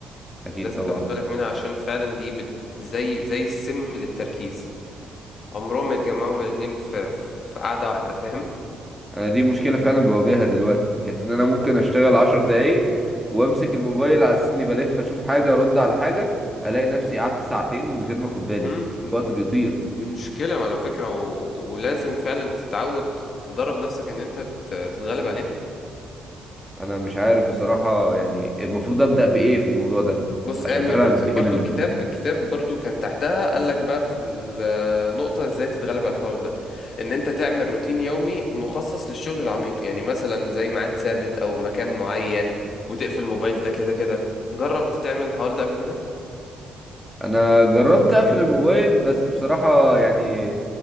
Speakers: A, in the centre; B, on the left (about 50°).
A: اكيد
B: لازم
A: طبعا
B: تاخد بالك منها عشان فعلا دي بت... زي زي السم للتركيز عمرهم ما يتجمعوا هما الاتنين في في قعده واحده فاهم
A: انا دي مشكلة فعلا بواجهها دلوقتي حتة ان انا ممكن اشتغل عشر دقايق وامسك الموبايل على اني بلف اشوف حاجة ارد على حاجة الاقي نفسي قعدت ساعتين من غير ما اخد بالي
B: امم
A: الوقت بيطير
B: دي مشكله على فكره و... ولازم فعلا تتعود تدرب نفسك ان انت تت- تتغلب عليها
A: انا مش عارف بصراحة يعني المفروض ابدأ بايه في الموضوع ده
B: بص
A: عشان
B: اعمل
A: فعلا
B: روت...
A: أنا بشتكي
B: برضو
A: منه
B: الكتاب الكتاب برضو كان تحتها قال لك بقى في النقطة ازاي تتغلب على الحوار ده ان انت تعمل روتين يومي مخصص للشغل العميق يعني مثلا زي ميعاد ثابت او مكان معين وتقفل الموبايل ده كده كده جربت تعمل الحوار ده قبل كده
A: انا جربت اقفل الموبايل بس بصراحة يعني